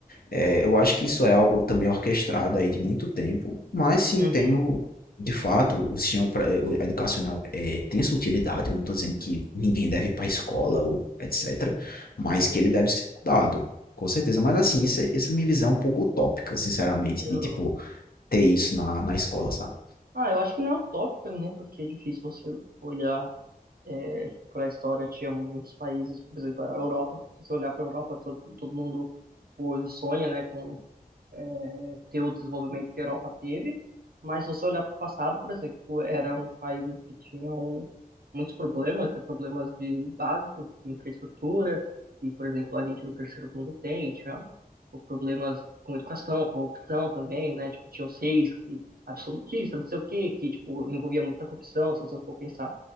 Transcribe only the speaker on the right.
uhum,
sim.
Eu...
Ah, eu acho que não é utópica, né? Porque é difícil você olhar É, para a história tinha muitos países, por exemplo, a Europa. Se você olhar para a Europa, todo, todo mundo hoje sonha, né, com é, ter o desenvolvimento que a Europa teve, mas se você olhar para o passado, por exemplo, eram países que tinham muitos problemas, tem problemas de básicos, de infraestrutura, e, por exemplo, a gente do terceiro mundo tem, tinha o problemas com educação, corrupção também, né, tipo, tinha os reis que absolutistas, não sei o quê, que, tipo, envolvia muita corrupção, se você for pensar